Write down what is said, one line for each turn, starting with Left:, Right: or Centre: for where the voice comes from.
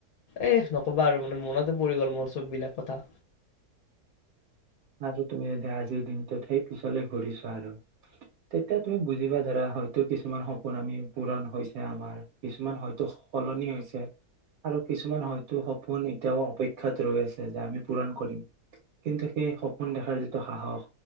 Left: এ নকবা আৰু মানে মনত এ পৰি গ'ল মোৰ চব বিলাক কথা
Right: আৰু তুমি যদি আজিৰ দিনটোত সেই পিছলে ঘূৰিছোৱা আৰু তেতিয়া তুমি বুজিবা ধৰা হয়তো কিছুমান সপোন আমি পূৰণ হৈছে আমাৰ কিছুমান হয়তো সলনি হৈছে আৰু কিছুমান হয়তো সপোন এতিয়াও অপেক্ষাত ৰৈ আছে যে আমি পূৰণ কৰিম কিন্তু সেই সপোন দেখাৰ যিটো সাহস